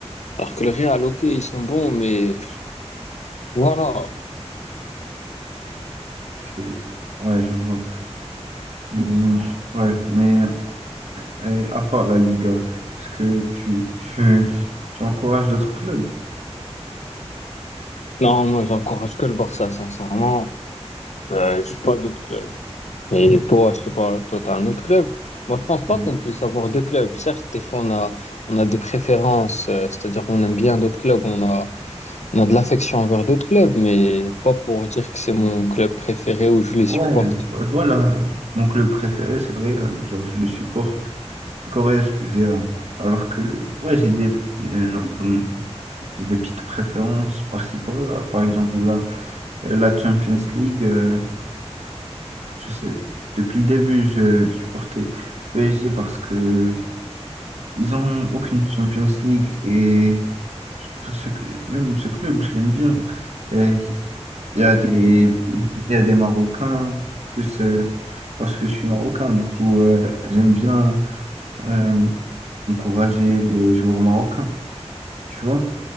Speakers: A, on the left; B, on the right.
A: Alors que le Real, ok, ils sont bons, mais voilà.
B: Ok. Ouais, je vois. Mais, euh, ouais, mais euh, à part la Liga, est-ce que tu, tu, tu encourages d'autres clubs?
A: Non, moi, j'encourage que le Barça, sincèrement. Euh, je suis pas d'autres clubs. Et toi, je sais pas, toi, t'as un autre club? Moi, je pense pas
B: Euh,
A: qu'on puisse avoir deux clubs. Certes, des fois, on a, on a des préférences, euh, c'est-à-dire qu'on aime bien d'autres clubs, on a, on a de l'affection envers d'autres clubs, mais pas pour dire que c'est mon club préféré ou je les
B: Ouais,
A: supporte.
B: ouais, voilà. Donc le préféré, c'est le Real. Genre, je le supporte corrézien. Alors que, ouais, j'ai des, euh, genre, comme, j'ai des petites préférences par-ci par-là. Par exemple, la, la Champions League, euh, je sais, depuis le début, je supportais le PSG parce que Ils ont aucune Champions League et après, ce que- même ce club, je l'aime bien. Euh, Il y a des, il y a des Marocains, plus euh, parce que je suis Marocain, du coup, euh, j'aime bien euh, encourager les joueurs marocains. Tu vois